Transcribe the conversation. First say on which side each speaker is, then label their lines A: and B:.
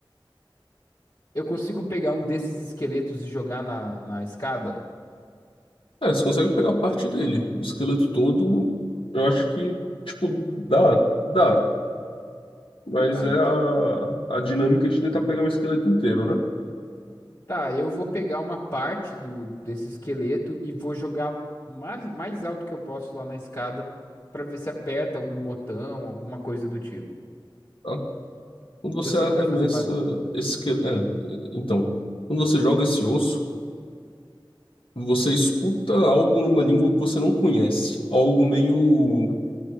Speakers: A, on the left (about 50°); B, on the left (about 85°).
A: eu consigo pegar um desses esqueletos e jogar na, na escada?
B: Cara, você consegue pegar parte dele. O esqueleto todo, eu acho que, tipo, dá, dá. Mas
A: Tá,
B: é
A: então.
B: a, a dinâmica de tentar pegar um esqueleto inteiro, né?
A: Tá, eu vou pegar uma parte do desse esqueleto e vou jogar o mais, mais alto que eu posso lá na escada pra ver se aperta algum botão, alguma coisa do tipo.
B: Tá? Quando você
A: Eu sei
B: arremessa
A: que vai fazer barulho.
B: esse esqueleto. É, então, quando você joga esse osso. Você escuta algo numa língua que você não conhece, algo meio